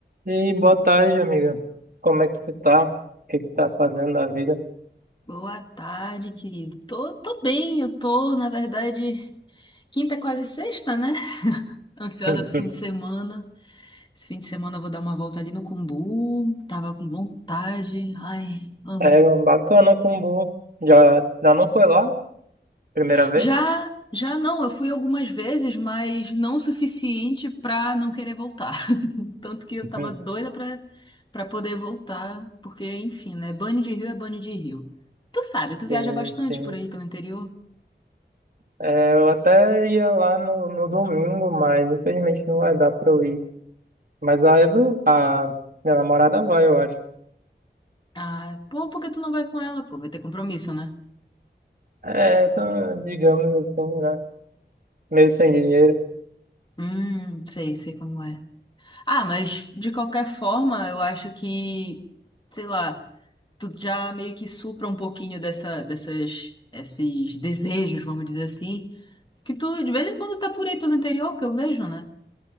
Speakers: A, on the right (about 50°); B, on the left (about 25°).
A: E boa tarde, amiga. Como é que você tá? O que que tá fazendo da vida?
B: Boa tarde, querido. Tô, tô bem, eu tô, na verdade, quinta é quase sexta, né? <laughs> Ansiosa
A: <laughs>
B: pro fim de semana. Esse fim de semana eu vou dar uma volta ali no Cumbu. Tava com vontade. Ai, amo.
A: É bacana o Kumbu. Já, já não foi lá? Primeira vez?
B: Já, já não, eu fui algumas vezes, mas não o suficiente pra não querer voltar. <laughs> Tanto que eu
A: <laughs>
B: tava doida pra, pra poder voltar, porque, enfim, né? Banho de rio é banho de rio. Tu sabe, tu
A: Sim,
B: viaja bastante
A: sim.
B: por aí pelo interior?
A: É, eu até ia lá no, no domingo, mas infelizmente não vai dar pra eu ir. Mas a, Eve- a minha namorada vai, eu acho.
B: Ah, pô, por que tu não vai com ela? Pô, vai ter compromisso, né?
A: É, então, digamos assim, né? Meio sem dinheiro.
B: Hum, sei, sei como é. Ah, mas de qualquer forma, eu acho que, sei lá, tu já meio que supra um pouquinho dessa, dessas, esses desejos, vamos dizer assim, que tu de vez em quando tá por aí pelo interior, que eu vejo, né?